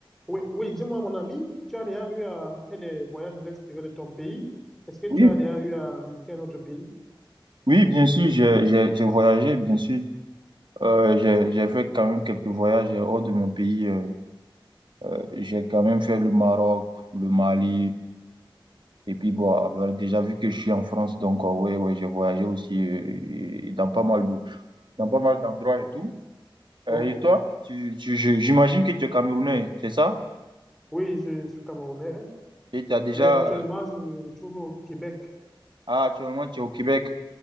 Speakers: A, in the centre; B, on the right.
A: Oui, oui, dis-moi, mon ami, tu as déjà eu à faire des voyages à l'extérieur de ton pays? Est-ce que tu
B: Oui,
A: as déjà eu à visiter un autre pays?
B: oui, bien sûr, j'ai j'ai- j'ai voyagé, bien sûr. Euh, j'ai j'ai fait quand même quelques voyages hors de mon pays. euh, euh, j'ai quand même fait le Maroc, le Mali, et puis bon, euh, déjà vu que je suis en France, donc euh, ouais, ouais, j'ai voyagé aussi euh, et- et dans pas mal de, dans pas mal d'endroits
A: Ah,
B: et tout.
A: ok.
B: Euh, et toi, tu, tu, je- j'imagine que tu es Camerounais, c'est ça?
A: Oui, je suis camerounais,
B: Et tu as déjà,
A: mais actuellement,
B: euh,
A: je me trouve au Québec.
B: ah, actuellement, tu es au Québec,